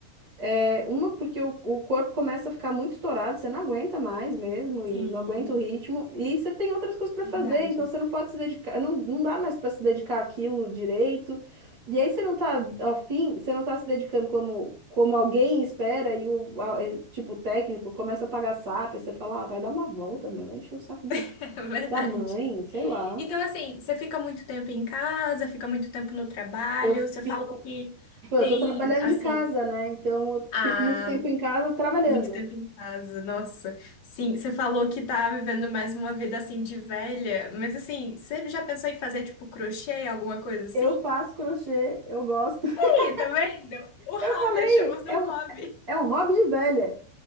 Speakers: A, on the right (about 25°); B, on the left (about 45°).
A: É, uma, porque o, o corpo começa a ficar muito estourado, você não aguenta mais mesmo e
B: sim,
A: não aguenta o ritmo. E você tem outras coisas para fazer,
B: é verdade.
A: então você não pode se dedicar, não, não dá mais para se dedicar àquilo direito. E aí você não tá afim, você não tá se dedicando como, como alguém espera, e o a- é, tipo o técnico começa a pagar sapo, e você fala, ah, vai dar uma volta, meu, vai encher o saco do,
B: <laughs> É verdade.
A: da mãe, sei lá.
B: Então, assim, você fica muito tempo em casa, fica muito tempo no trabalho,
A: Eu fico.
B: você falou que
A: Pô, eu
B: tem,
A: tô trabalhando
B: assim,
A: de casa, né? Então eu
B: ah,
A: fico muito tempo em casa trabalhando.
B: muito tempo em casa, nossa. Sim, você falou que tá vivendo mais uma vida, assim, de velha, mas, assim, você já pensou em fazer, tipo, crochê, alguma coisa assim?
A: Eu faço crochê, eu gosto. <laughs>
B: Ih, tá vendo? O hobby,
A: Eu falei,
B: achamos
A: é
B: um
A: um,
B: hobby.
A: é um hobby de velha.